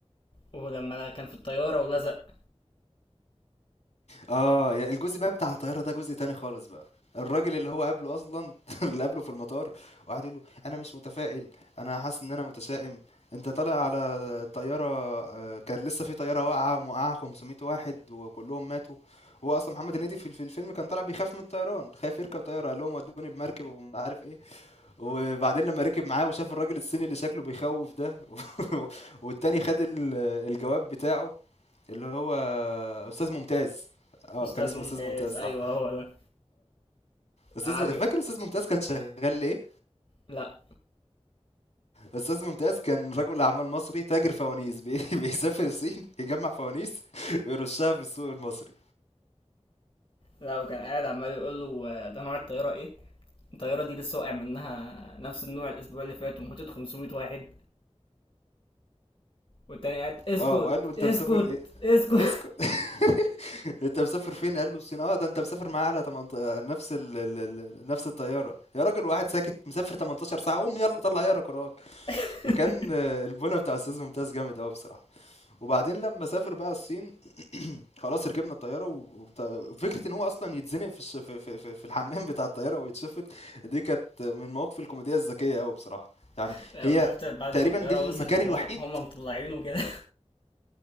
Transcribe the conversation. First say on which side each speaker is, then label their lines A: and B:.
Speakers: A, on the left; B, on the left.
A: ولما كان في الطيارة ولزق
B: آه، يعني الجزء بقى بتاع الطيارة ده جزء تاني خالص بقى. الراجل اللي هو قابله أصلًا <laughs> اللي قابله في المطار وقعد يقول له: "أنا مش متفائل، أنا حاسس إن أنا متشائم، أنت طالع على طيارة آآ، كانت لسه في طيارة واقعة وموقعة 500 واحد وكلّهم ماتوا." هو أصلًا محمد هنيدي في ال في الفيلم كان طالع بيخاف من الطيران، خايف يركب طيارة، قال لهم: "ودّوني بمركب ومش عارف إيه." وبعدين لمّا ركب معاه وشاف الراجل الصيني اللي شكله بيخوّف ده <laughs> والتاني خد ال الجواب بتاعه اللي هو أستاذ ممتاز اه
A: استاذ
B: كان اسمه
A: ممتاز
B: أستاذ ممتاز صح
A: ايوه هو ده
B: أستاذ
A: قعد يقول
B: فاكر أستاذ ممتاز كان شغال إيه؟
A: لا
B: أستاذ ممتاز كان رجل أعمال مصري تاجر فوانيس بي... <laughs> بيسافر الصين يجمع فوانيس ويرشها في السوق المصري
A: لا وكان قاعد عمال يقول له آه، ده نوع الطيارة ايه الطياره دي لسه واقع منها نفس النوع الاسبوع اللي فات وموتت 500 واحد والتاني قاعد اسكت
B: اه وقال له أنت
A: اسكت
B: مسافر إيه؟
A: اسكت
B: اسكت <laughs> انت مسافر فين قال له الصين اه ده انت مسافر معايا على 18 نفس ال... ال... ال- نفس الطياره يا راجل واحد ساكت مسافر 18 ساعه قوم يلا طلع يا كراك
A: <laughs>
B: فكان آه، البونه بتاع استاذ ممتاز جامد قوي بصراحه وبعدين لما سافر بقى الصين خلاص ركبنا الطياره و- وبتاع- فكره ان هو اصلا يتزنق في الس- في في, في, في الحمام بتاع الطياره ويتشفط دي كانت من المواقف الكوميديه الذكيه قوي بصراحه يعني
A: <applause> لا
B: هي
A: وشفت بعد
B: تقريبا
A: ما الطياره
B: دي المكان
A: وصلت وهم
B: الوحيد
A: هم مطلعينه كده